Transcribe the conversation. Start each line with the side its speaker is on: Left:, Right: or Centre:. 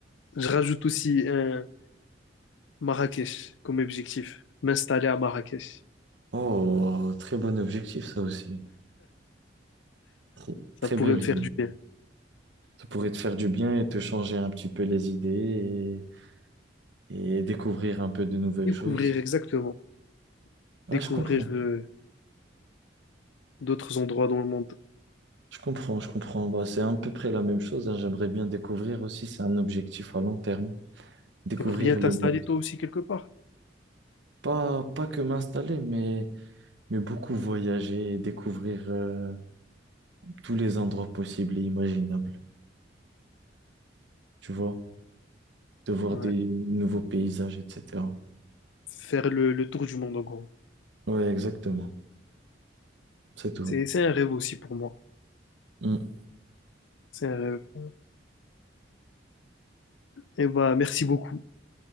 Left: Je rajoute aussi un Marrakech comme objectif. M'installer à Marrakech.
Right: Oh, très bon objectif, ça aussi. Très,
Left: Ça
Right: très
Left: pourrait
Right: belle
Left: me
Right: vie.
Left: faire du bien.
Right: Ça pourrait te faire du bien et te changer un petit peu les idées et, et découvrir un peu de nouvelles
Left: Découvrir
Right: choses.
Left: exactement.
Right: Ah,
Left: Découvrir
Right: je comprends.
Left: le- d'autres endroits dans le monde.
Right: Je comprends, je comprends. Bah, c'est à peu près la même chose, hein. J'aimerais bien découvrir aussi, c'est un objectif à long terme, découvrir
Left: T'aimerais bien t'installer
Right: le monde.
Left: toi aussi quelque part.
Right: Pas, pas que m'installer, mais, mais beaucoup voyager et découvrir euh, tous les endroits possibles et imaginables. Tu vois, de voir
Left: Ouais.
Right: des nouveaux paysages, etc.
Left: Faire le, le tour du monde en gros.
Right: Ouais, exactement. C'est tout.
Left: C'est, c'est un rêve aussi pour moi.
Right: Mm.
Left: C'est un rêve. Et bah, merci beaucoup.